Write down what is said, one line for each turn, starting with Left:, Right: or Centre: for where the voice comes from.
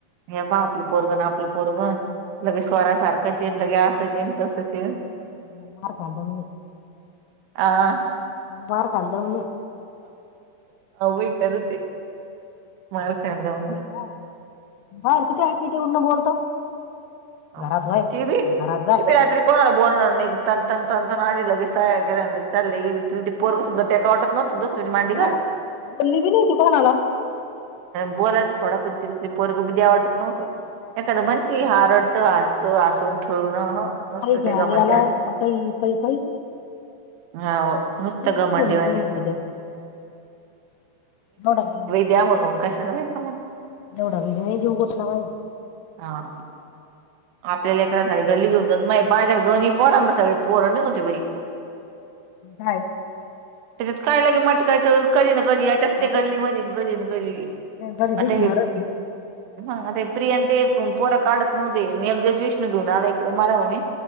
Right: <inaudible> हे बा आपलं पोरगण आपलं पोरगण लगे स्वरासारखं चेन लगे असं चेन तसं चेन <inaudible>
Left: ह बार खादा मी <unintelligible>
Right: आ. हही
Left: मला मार खाल दम नाही
Right: हो बाई खरच हे मार काढ दऊन <unintelligible>
Left: हा. बाहेर किती ऍटिट्यूड न बोलतो
Right: ह
Left: घरात वय
Right: ट भ
Left: घरात जाय
Right: टि भ रात्री कोणाला बोलणार तन तन तंत आली लगेय चालले गली ति त
Left: हो
Right: पोरवसद्धा टेका वाटत नव्हत दुसऱ्याचा मांडीवर
Left: ना बोलली बी नाही ती कोणाला
Right: बोलायच थोडा पण तिरी पोरग द्या वाटत नव्हतो <inaudible> एखदं म्हणती हा रडतं असत असून खेळून मसत
Left: काही घ्यावं
Right: ते ग म्हणते
Left: याला
Right: <unintelligible> अस
Left: का काही काही काहीच नाही
Right: ह. मस्त
Left: तीच
Right: घमंडी
Left: बाई म्हणली
Right: वाणी
Left: माझ्याकडे द्या एवढा बी
Right: द्या म्हणून काशा का म्हणून
Left: दवडावी ज नाही जऊ गोतला भाई <inaudible>
Right: हा आपल्याला एकरासाठी घडली घेऊन जात बाजप दोन्ही पोरां सग पोर होती बाई <unintelligible>
Left: काय
Right: त्याच्यात काय लगे मटकायच कधी ना कधी असते
Left: अहो
Right: गल्लीमध्येध
Left: बाई,
Right: कधी ना कधी
Left: कधी
Right: आता
Left: दिसणारच
Right: हे
Left: आहे
Right: ह अरे प्रियांंत एक पोरा काढत नव्हते मी अगदीच विष्णू घेऊन आला इकडं मरा म्हणे